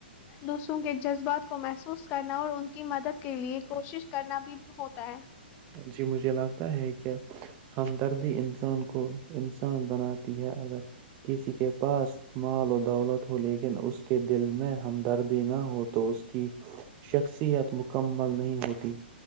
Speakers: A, on the left (about 30°); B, on the right (about 35°).
A: دوسروں کے جذبات کو محسوس کرنا اور ان کی مدد کے لیے کوشش کرنا بھی ہوتا ہے
B: جی مجھے لگتا ہے کہ ہمدردی انسان کو انسان بناتی ہے اگر کسی کے پاس مال و دولت ہو لیکن اس کے دل میں ہمدردی نہ ہو تو اس کی شخصیت مکمل نہیں ہوتی